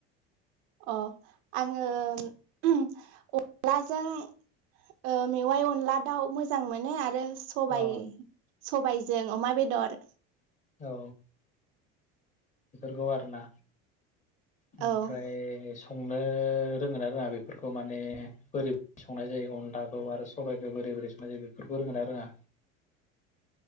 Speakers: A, on the right; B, on the left.
A: अ आङो उहम अनलाजों ओ मेवाइ अनला दाउ मोजां मोनो आरो सबाय
B: अ
A: सबायजों अमा बेदद <inaudible>
B: औ बेफोरखौ आरो ना? ओमफ्राय
A: औ
B: स संनो रोंङो ना रोङा बेफोरखौ माने बोरै संनाय जायो अनलाखौ आरो सबायाइखो बोरै बोरै संनाय जायो बेफोरखौ रोंङोना रोङा?